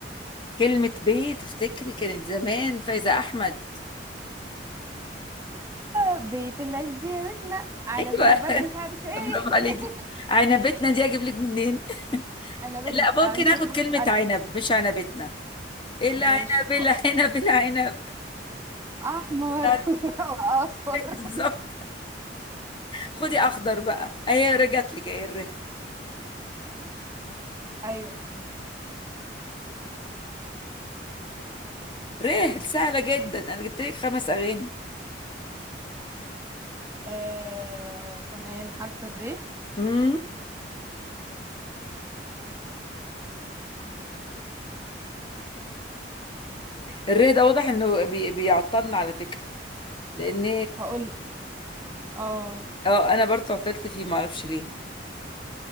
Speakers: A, on the left (about 30°); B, on the right (about 15°).
A: كلمة بيت افتكري كانت زمان فايزة احمد
B: آه، بيت الذي بيتنا على
A: ايوه
B: بابك مش
A: <laughs>
B: عارف ايه
A: برافو عليكي
B: <laughs>
A: انا بيتنا دي اجيب لك منين
B: انا بيتنا
A: لا ممكن
B: آه، نشوف
A: اخد
B: حرف
A: كلمة
B: الالف
A: عنب مش عنبتنا العنب
B: ماشي
A: العنب العنب
B: احمر
A: بتاعتك
B: <laughs> واصفر
A: بالظبط خدي اخضر بقى اهي رجعت لك اهي الره
B: ايوه
A: ره سهلة جدا انا جبت لك خمس اغاني
B: آه... تمام حرف الر
A: امم الره ده واضح انه بي... بيعطلنا على فكرة لان
B: هقول لك اه
A: اه انا برضه عطلت فيه معرفش ليه